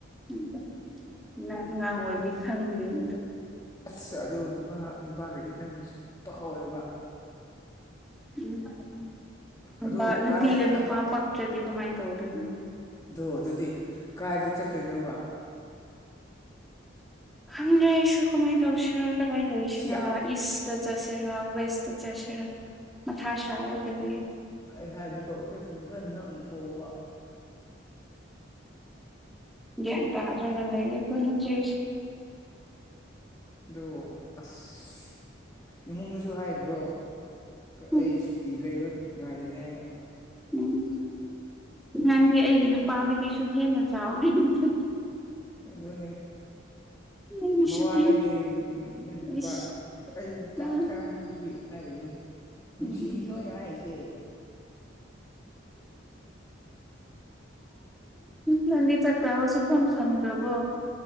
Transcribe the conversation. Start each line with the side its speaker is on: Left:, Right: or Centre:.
Centre: ꯎꯝ ꯅꯪ ꯑꯉꯥꯡ ꯑꯣꯏꯕꯒꯤ ꯈꯪꯗ꯭ꯔꯤꯅꯤ ꯑꯗꯨ
Left: ꯑꯁ ꯑꯗꯣ ꯅꯨꯄꯥ ꯅꯨꯄꯥꯒꯗꯤ ꯅꯪ ꯁꯨ ꯄꯛꯑꯣꯏꯕ
Centre: ꯎꯝ ꯅꯨꯄꯥ
Left: ꯑꯗꯣ
Centre: ꯅꯨꯄꯤꯒ
Left: ꯀꯥꯏ
Centre: ꯅꯨꯄꯥ
Left: ꯀꯥꯏ
Centre: ꯄꯥꯛꯇ꯭ꯔꯗꯤ ꯀꯃꯥꯏ ꯇꯧꯗꯣꯏꯅꯣ
Left: ꯑꯗꯣ ꯑꯗꯨꯗꯤ ꯀꯥꯏꯗ ꯆꯠꯇꯣꯏꯅꯣꯕ
Centre: ꯍꯪꯗ꯭ꯔꯦ ꯑꯩꯁꯨ ꯀꯃꯥꯏ ꯇꯧꯁꯤꯔꯥ ꯀꯗꯥꯏ ꯂꯩꯁꯤꯔꯥ
Left: ꯁꯤꯌꯥ
Centre: ꯏꯁꯇ ꯆꯠꯁꯤ ꯑꯩꯔ ꯋꯦꯁꯇ ꯆꯠꯁꯤꯔ ꯃꯊꯥ ꯁꯥꯔꯒ ꯂꯩꯌꯦ
Left: ꯑꯩ ꯍꯥꯏꯗꯤꯀꯣ ꯑꯩꯈꯣꯏ ꯈꯨꯟ ꯈꯔ ꯅꯛ ꯊꯣꯛꯑꯣꯕ
Centre: ꯒ꯭ꯌꯥꯟ ꯇꯥꯗ꯭ꯔꯒ ꯂꯩꯔꯦꯀꯣ ꯅꯆꯦꯁꯦ
Left: ꯗꯣ ꯑꯁ ꯏꯃꯨꯡꯗꯁꯨ ꯍꯥꯏꯗ꯭ꯔꯣ
Centre: ꯎꯝ
Left: ꯑꯩ ꯁꯨꯇꯤ ꯂꯩꯕꯒꯤ ꯉꯥꯏꯔꯤꯅꯤ ꯍꯥꯏꯅ
Centre: ꯎꯝ ꯎꯝ ꯅꯪꯗꯤ ꯑꯩꯒꯤ ꯅꯨꯄꯥꯗꯒꯤꯁꯨ ꯍꯦꯟꯅ ꯆꯥꯎꯔꯦ ꯑꯗꯨꯗꯤ
Left: ꯑꯗꯨꯅꯦ
Centre: ꯑꯩꯒꯤꯁꯤꯗꯤ
Left: ꯃꯋꯥ ꯂꯧꯗꯦ ꯅꯪ ꯅꯨꯄꯥ
Centre: ꯏꯁ
Left: ꯑꯩ ꯆꯥꯛ
Centre: ꯎꯝ
Left: ꯆꯥꯅꯤꯡꯕꯒꯤ ꯍꯥꯏꯔꯤꯅꯦ ꯅꯨꯡꯁꯤꯗ꯭ꯔꯣ
Centre: ꯎꯝ
Left: ꯑꯩ ꯍꯥꯏꯔꯤꯁꯦ <inaudible>
Centre: ꯅꯪꯗꯤ ꯆꯥꯛ ꯆꯥꯕ ꯁꯨꯛꯐꯪ ꯐꯪꯗ꯭ꯔꯕꯣ